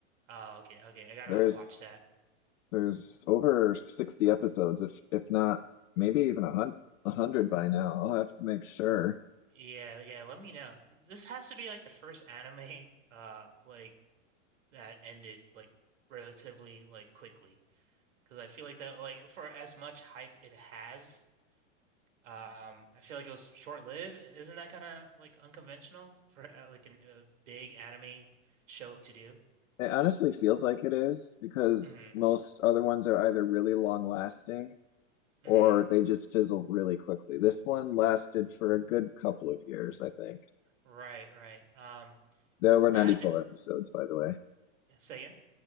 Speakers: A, on the right; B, on the left.
A: Oh, okay, okay, I gotta
B: There's
A: watch that.
B: there's over 60 episodes, if if not maybe even a hundred, a hundred by now. I'll have to make sure.
A: Yeah, yeah. Let me know. This has to be like the first anime, <laughs> uh, like that ended like relatively like quickly, because I feel like that like for as much hype it has. Um, I feel like it was short-lived. Isn't that kind of like unconventional for uh, like an, a big anime show to do?
B: It honestly feels like it is because
A: Mm,
B: most other ones are either really long lasting or
A: mm,
B: they just fizzle really quickly. This one lasted for a good couple of years, I think.
A: right, right. Um,
B: There were 94
A: that and
B: episodes, by the way.
A: yeah, say again.